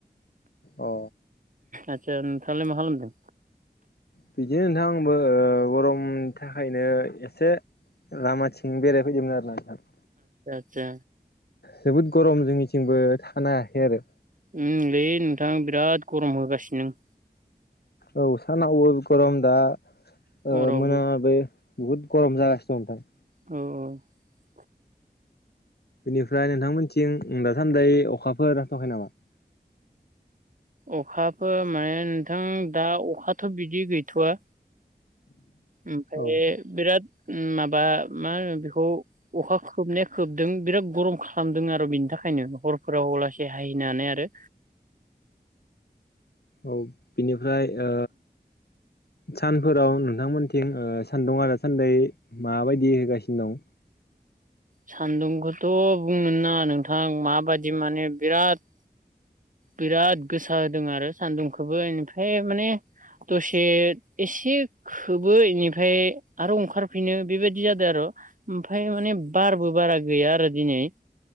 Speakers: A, on the left; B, on the right.
A: अ
B: आचा नोंथाङा लाय मा खामलामदों।
A: बिदिनो नोंथां आंबो गरमनि थाखायनो एसे लामाथिं बेराय फैदोंमोन आरोना नोंथां
B: अच्छा
A: जोबोद गरम जोंनिथिंबो थानो हायाखै आरो
B: ओम लै नोंथां बिराद गरम होगासिनो दं।
A: औ सानावबो गरम दा ओ
B: हरावबो
A: मोनाबिलि बहुत गरम जगासिथार
B: औ औ
A: बेनिफ्राय नोंथांमोनथिं दासान्दै अखाफोर हथ'खायो नामा?
B: अखाफोरो माने नोंथां दा अखाथ' बिदि गैथ'वा ओमफ्राय
A: औ
B: बिराद ओम माबा मा होनो बेखौ अखा खोबनाया खोबदों बिराद गरम खालामदों आरो बेनि था खायनो हरफोराव अलासे हाहैनो हानाय आरो
A: औ बिनिफ्राय ओ सानफोराव नोंथांमोनथिं ओ सान्दुं दासान्दै माबायदि होगासिनो दं?
B: सान्दुंखौथ' बुंना नोंथां माबायदि माने बिराद बिराद गोसा होदों आरो सान्दुंखौबो निफ्राय माने दसे एसे खोबो इनिफ्राय आरो ओंखारफिनो बेबायदि जादों आरो ओमफ्राय माने बारबो बारा गैया आरो दिनै।